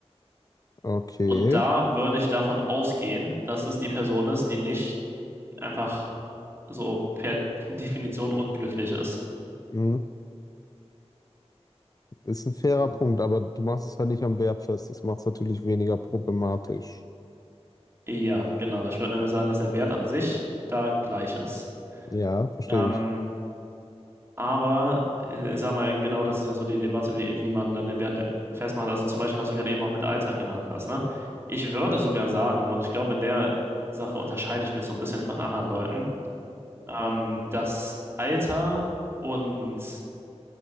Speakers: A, on the left; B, on the right.
A: okay.
B: Und da würde ich davon ausgehen, dass es die Person ist, die nicht einfach so per <laughs> Definition unglücklich ist.
A: Mhm. Ist ein fairer
B: So.
A: Punkt, aber du machst es halt nicht am Wert fest. Das macht es natürlich weniger problematisch.
B: Ja, genau. Ich würde nämlich sagen, dass der Wert an sich da gleich ist.
A: Ja, verstehe
B: Ähm,
A: ich.
B: Aber äh, ich sag mal, genau das ist ja so die Debatte, wie, wie man dann den Wert festmacht. Also zum Beispiel, was du gerade eben auch mit Alltag genannt hast, ne? Ich würde sogar sagen, und ich glaube, in der Sache unterscheide ich mich so ein bisschen von anderen Leuten, ähm, dass Alter und